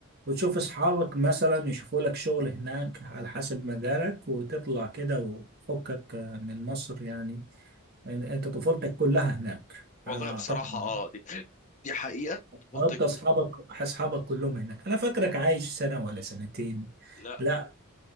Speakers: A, on the right; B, on the left.
A: وتشوف اصحابك مثلا يشوفوا لك شغل هناك على حسب مجالك وتطلع كده وفكك من مصر يعني ان- انت طفولتك كلها هناك
B: والله
A: انا
B: بصراحة
A: اعتقد
B: اه دي دي حقيقة طفولتي
A: حتى
B: كلها
A: اصحابك اصحابك كلهم هناك انا فاكرك عايش سنة ولا سنتين
B: لا
A: لا